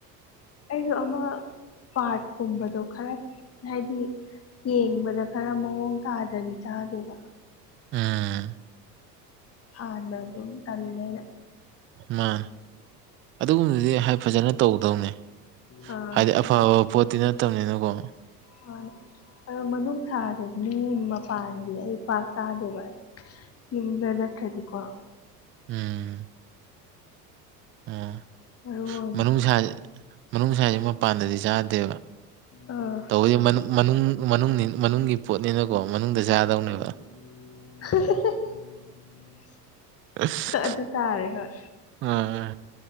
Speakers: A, on the left; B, on the right.
A: ꯑꯩꯁꯨ ꯑꯃ ꯄꯥꯔꯠꯀꯨꯝꯕꯗꯣ ꯈꯔ ꯍꯥꯏꯗꯤ ꯌꯦꯡꯕꯗ ꯈꯔ ꯃꯑꯣꯡ ꯇꯥꯗ꯭ꯔꯗꯤ ꯆꯥꯗꯦꯕ
B: ꯎꯝ
A: ꯐꯅꯒꯨꯝ ꯇꯂꯩꯅ
B: ꯃꯥ ꯑꯗꯨꯒꯨꯝꯕꯗꯤ ꯐꯖꯅ ꯇꯧꯒꯗꯧꯅꯤ
A: ꯑꯥ
B: ꯍꯥꯏꯗꯤ ꯑꯐꯕ ꯄꯣꯠꯇꯤ ꯅꯠꯇꯕꯅꯤꯅꯀꯣ
A: ꯍ ꯑ ꯃꯅꯨꯡ ꯁꯥꯔꯦ ꯃꯤ ꯃꯄꯥꯟꯒꯤ ꯑꯩ ꯄꯥꯛ ꯀꯥꯗꯦꯕ ꯑꯩ ꯌ ꯂꯩ ꯅꯠꯇ꯭ꯔꯗꯤꯀꯣ
B: ꯎꯝ ꯑꯣ
A: ꯃꯔꯨ ꯑꯣꯏꯅ
B: ꯃꯅꯨꯡꯁꯥ ꯃꯅꯨꯡꯁꯥ ꯍꯥꯏꯁꯦ ꯃꯄꯥꯟꯗꯗꯤ ꯆꯥꯗꯦꯕ
A: ꯑꯥ
B: ꯇꯧꯕꯗꯤ ꯃꯅꯨꯡ ꯃꯅꯨꯡ ꯃꯅꯨꯡꯒꯤ ꯄꯣꯠꯅꯤꯅꯀꯣ ꯃꯅꯨꯡꯗ ꯆꯥꯗꯧꯅꯦꯕ
A: <unintelligible>
B: ꯑꯁ
A: ꯑꯗꯨ ꯇꯥꯔꯦ ꯍꯣꯏ
B: ꯑꯥ